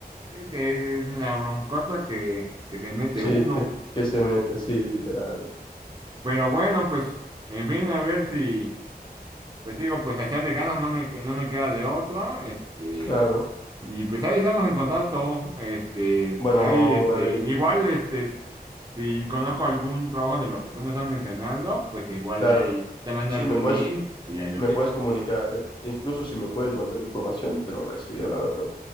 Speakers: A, on the right; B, on the left.
A: eh, te- es una broncota que, que se mete
B: sí,
A: uno.
B: que, que se mete, sí, literal.
A: Pero bueno, pues, en fin, a ver si. Pues te digo, pues a echarle ganas no me, que- no me queda de otra, este,
B: Claro.
A: y pues ahí estamos en contacto, este,
B: Bueno,
A: pues
B: Amado,
A: ahí, este,
B: dale.
A: igual, este, s- si conozco algún trabajo de los que tú me estás mencionando, pues igual
B: Claro.
A: ahí te mando
B: Sí,
A: algún
B: me puedes,
A: link y ahí lo
B: me
A: checas.
B: puedes comunicar, ¿eh? Incluso si me puedes mandar información, te lo agradecería, la verdad.